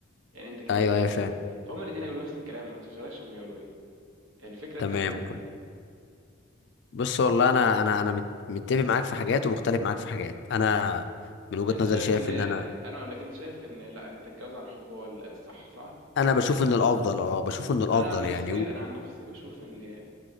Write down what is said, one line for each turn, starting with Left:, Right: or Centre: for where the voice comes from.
Right: يعني انت كده
Left: ايوه
Right: كده هتعرف
Left: ايوه فاهم
Right: تقابل فهم الاثنين هيقولوا نفس الكلام ما تشغلكش هم هيقولوا ايه الفكره
Left: تمام
Right: انت هتعمل ايه عادي
Left: بص والله انا انا انا مت- متفق معاك في حاجات ومختلف معاك في حاجات انا من وجهة
Right: انت
Left: نظري
Right: شايف
Left: شايف
Right: ان
Left: ان انا
Right: انا اقول لك انت شايف ان لا انت تتجوز عن حب هو الصح صح
Left: انا بشوف ان الافضل اه بشوف ان الافضل
Right: انا عن نفسي
Left: يعني و-
Right: انا عن نفسي بشوف ان